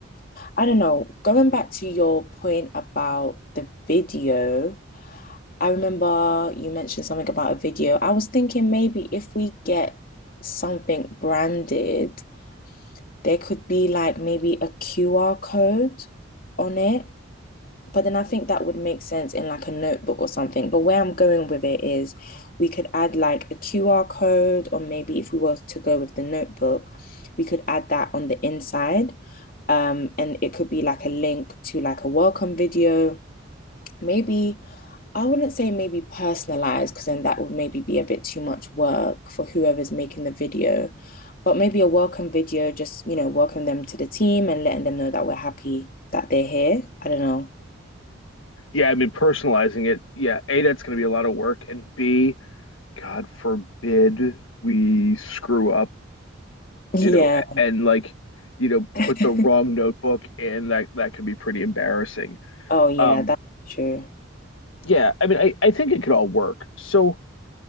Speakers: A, on the left; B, on the left.
A: I don't know. Going back to your point about the video, I remember you mentioned something about a video. I was thinking maybe if we get something branded There could be like maybe a QR code on it, but then I think that would make sense in like a notebook or something. But where I'm going with it is we could add like a QR code, or maybe if we were to go with the notebook, we could add that on the inside. Um, and it could be like a link to like a welcome video maybe I wouldn't say maybe personalized because then that would maybe be a bit too much work for whoever's making the video, but maybe a welcome video, just, you know, welcome them to the team and letting them know that we're happy that they're here. I don't know. <laughs>
B: Yeah, I mean, personalizing it, yeah, A, that's going to be a lot of work, and B, God forbid we screw up,
A: Yeah.
B: you know, and like, you know,
A: <laughs>
B: put the wrong notebook in. That that could be pretty embarrassing.
A: Oh, yeah,
B: Um,
A: that's true.
B: yeah, I mean, I, I think it could all work. So